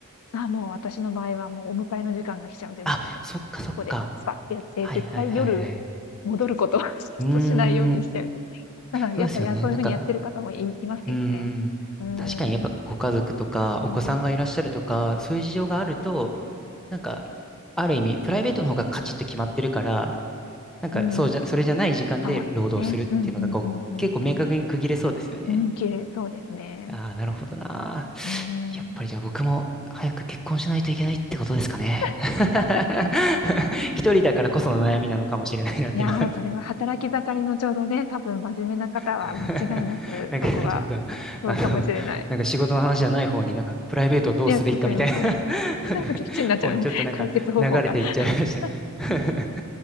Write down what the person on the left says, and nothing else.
あ、もう私の場合はもうお迎えの時間が来ちゃうんで、
もう、
ここでスパッてやって、
絶対夜戻ることは <laughs> ちょっとしないようにしてる。
ただやっぱ、
いやそういう風にやってる方もいいますけどね。
うー
ん、うん、
うん、
そうですね。うんうんうんうんう
ん。うん、綺麗そうですね。
うーん。
<laughs>
いやー、それは働き盛りのちょうどね、多分真面目な方は間違いなくそこは、
そうかもしれない。
いや、ちょすいません。
<laughs> そっちになっちゃうね、
<laughs> 解決方法が。<laughs>